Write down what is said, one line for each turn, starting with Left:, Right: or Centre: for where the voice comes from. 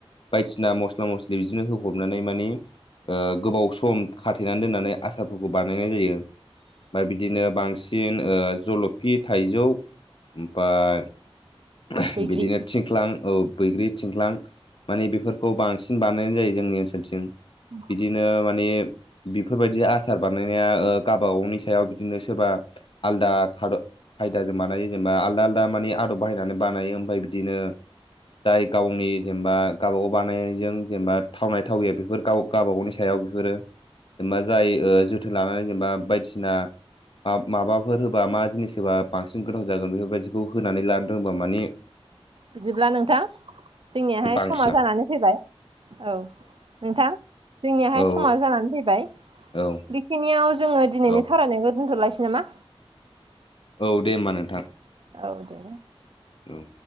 Left: बायदिसिना मस्ला मस्लि बिदिनो होफबनानै माने ओ गोबाव सम खाथेनानै दोननानै आसारफोरखौ बानायनाय जायो ओमफ्राय बिदिनो बांसिन ओ जलफि थाइजौ ओमफफ्राय
Right: बैग्रि
Left: बिदिनो थिं थिंख्लां औ बैग्रि थिंख्लां माने बेफोरखौ बांसिन बानायनाय जायो जोंनि ओनसोलथिं
Right: <inaudible>
Left: बिदिनो मानि बेफोरबायदि आसार बानायनाया गावबा गावनि सायाव बिदिनो सोरबा आलदा खाद खायदाजों बानायो जेनेबा आलदा आलदा मानि आदब बाहायनानै बानायो ओमफ्राय बिदिनो जाय गावनि जेनेबा गावबागाव बानायनायजों जेनेबा थावनाय थावि बेफोर गाव गावबा गावनि सायाव बिहरो जेनेबा जाय जोथोन लानानै जेनेबा बायदिसिना माबाफोर होबा मा जिनिस होबा बांसिन गोथाव जागोन बेफोरबायदिखौ होनानै लानो रोंबा माने
Right: बिदिब्ला नोंथां जोंनियाहाय
Left: बांसिन
Right: समा जानानै फैबाय औ नोंथां जोंनियाहाय
Left: औ
Right: समा जानानै फैबाय
Left: औ
Right: बेखिनियाव जोङो दिनैनि
Left: औ
Right: सावरायनायखौ दोनथ'लासै नामा
Left: औ दे होमबा नोंथां
Right: औ दे
Left: औ